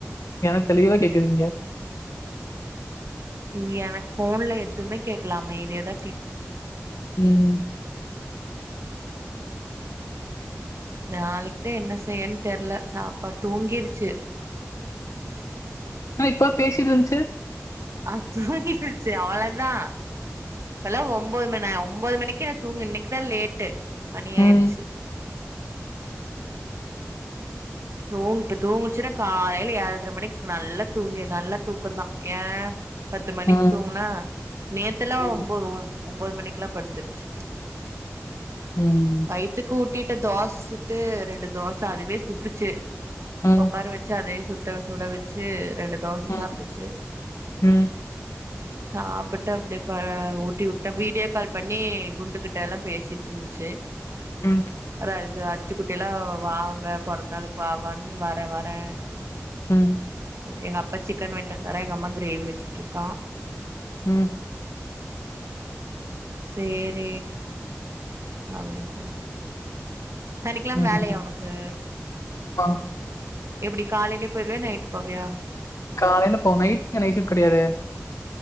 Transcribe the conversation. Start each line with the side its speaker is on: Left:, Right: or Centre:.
Left: எனக் தெளிவா கேக்குது இங்க
Right: இங்க எனக் ஃபோன்ல எதுமே கேக்ல அமைதியாதா கேக்குது
Left: உம்
Right: நாளைக்த்தா என்ன செய்யன் தெர்ல சாப்பா தூங்கிருச்சு
Left: அ இப்ப பேசிட்டு இருஞ்ச்சு
Right: அ தூங்கிடுச்சு அவ்ளதா இப்பல்லா ஒம்பது ம நா ஒம்பது மணிக்கே‌ ந தூங்கு இன்னிக்கு தா லேட்டு மணியாய்ட்ச்சு
Left: ம்.
Right: தூங்ட்டு தூங்குச்சுனா காலையில ஏழ்ரை மணிக்கு நல்லா தூங்கி நல்லா தூக்கந்தா ஏ பத்து மணிக்
Left: ஆ.
Right: தூங்குனா நேத்தலா
Left: ம்.
Right: ஒம்போது ஒ ஒன்போது மணி லாப்படுத்துருச்சு
Left: ம்.
Right: வய்த்துக்கு ஊட்டிட் ட்ட தோஸ் சுட்டு ரெண்டு தோசை அதுவே சுட்டுச்சு
Left: ம்.
Right: ஒக்காார வெச்சு அதயே சு ட்டத சுட வெச்சு ரெண்டு தோச
Left: ம்.
Right: சாப்டுச்சு
Left: ம்.
Right: சாப்புட்டு அப்டே ப்ப ஊட்டி உட்ட வீடியோ கால் பண்ணி குண்டுகிட்ட எல்லா பேசிட்ருஞ்ச்சு
Left: உம்
Right: அத் அச்சுக்குட்டியெல்லா வா ங்க பொறந்த நாளுக் வா வான்னு வர வர ரே
Left: உம்
Right: எங்க அப்பா சிக்கன் வாய்ங்ட்டு வந்தாரா இருந்தாரா எங்க அம்மா கிரேவி வெச்சுட்ருக்கா
Left: உம்
Right: சேரி அப்டின்ட்டு சனிக்கெழம
Left: ம்.
Right: வேலயா உனக்கு
Left: <inaudible>
Right: எப்டி காலைலே போயிடுவியா நைட்டு போவியா
Left: காலையில போ நைட்டு ங்க நைட் ஷிஃப்ட் கெடையாது